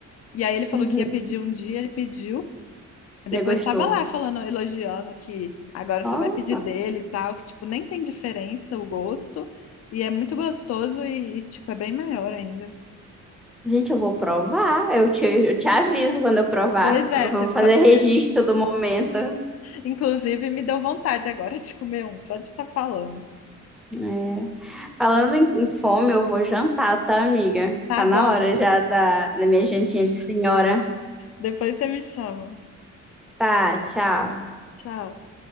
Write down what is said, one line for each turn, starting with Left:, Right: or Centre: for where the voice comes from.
Left: e aí ele falou
Centre: Uhum.
Left: que ia pedir um dia, ele pediu. Depois
Centre: Ele gostou.
Left: estava lá falando, elogiando que agora
Centre: Ó,
Left: só vai pedir dele e tal, que tipo, nem tem diferença o gosto, e é muito gostoso e, e, tipo, é bem maior ainda.
Centre: gente, eu vou provar. Eu te, eu te aviso quando eu provar.
Left: Pois é,
Centre: Eu vou
Left: você,
Centre: fazer
Left: po- você-
Centre: registro do momento.
Left: inclusive me deu vontade agora <laughs> de comer um, só de estar falando.
Centre: É. Falando em, em fome, eu vou jantar, tá, amiga?
Left: Tá
Centre: Tá
Left: bom,
Centre: na hora já da, da minha jantinha de senhora.
Left: depois você me chama.
Centre: Tá, tchau.
Left: Tchau.